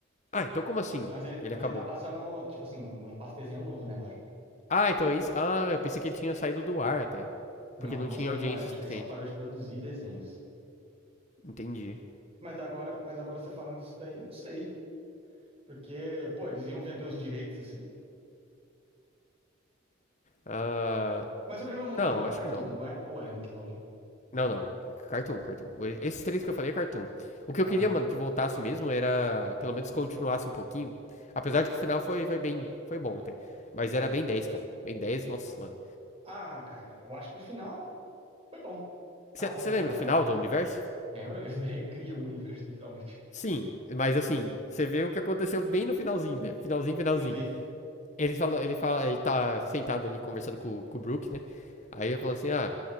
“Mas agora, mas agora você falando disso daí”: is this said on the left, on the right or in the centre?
Right